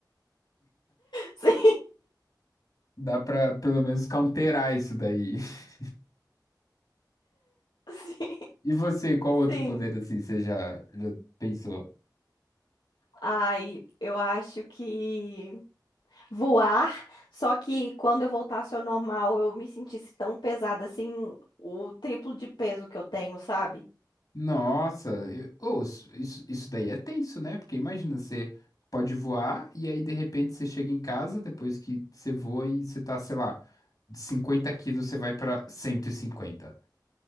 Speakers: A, on the left; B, on the left.
A: <laughs> Sim,
B: Dá pra pelo menos counterar isso daí. <laughs>
A: sim,
B: E você, qual outro
A: sim.
B: poder assim você já, já pensou?
A: Ai, eu acho que voar, só que quando eu voltasse ao normal, eu me sentisse tão pesada assim, o triplo de peso que eu tenho, sabe?
B: Nossa, eu- ô, isso, isso isso daí é tenso, né? Porque imagina, você pode voar e aí de repente você chega em casa depois que você voa e você tá, sei lá, de 50 quilos você vai pra cento e cinquenta.